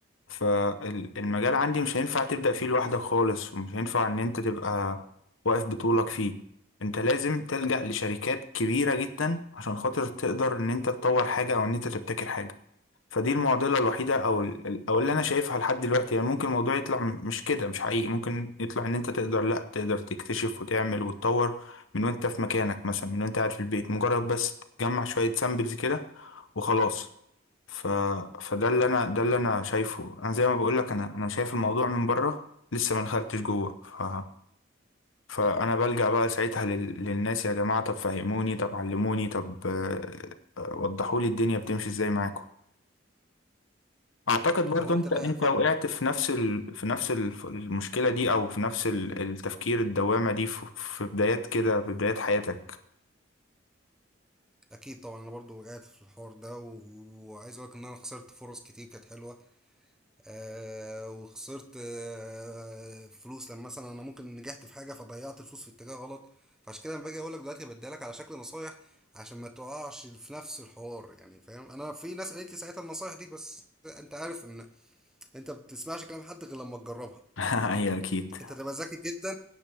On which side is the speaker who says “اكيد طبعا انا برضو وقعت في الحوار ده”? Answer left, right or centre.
Centre